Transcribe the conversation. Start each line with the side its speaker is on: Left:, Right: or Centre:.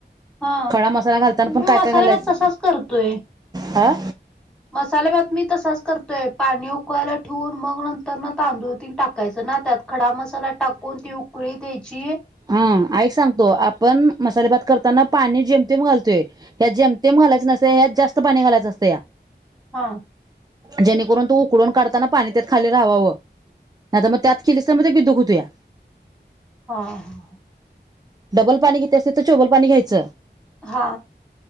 Centre: हा
Right: खडा मसाला घालताना पण
Centre: मी
Right: काय
Centre: मसाले
Right: काय घालायचं,
Centre: भात तसाच करतोय
Right: ह?
Centre: मसाले भात मी तसाच करतोय पाणी उक कळायला ठेवून मग नंतरन तांदुळ तिन टाकायचं ना त्यात खडा मस् साला टाकून ती उकळी द्यायची.
Right: हम्म, ऐक सांगतो आपण मसाले भात करताना पाणी जेमतेम घालतोय. ह्यात जेमतेम घायच नसतंय ह्यात जास्त पाणी घालायचं असतंया.
Centre: हा.
Right: जेणेकरून तो उकडून काढताना पाणी त्यात खाली राहावावं. नाहीतर मग त्यात केलीस तर बिदुक हुतुया.
Centre: हा हा.
Right: डबल पाणी घित्यास तिथं चोबल पाणी घ्यायचं.
Centre: हा.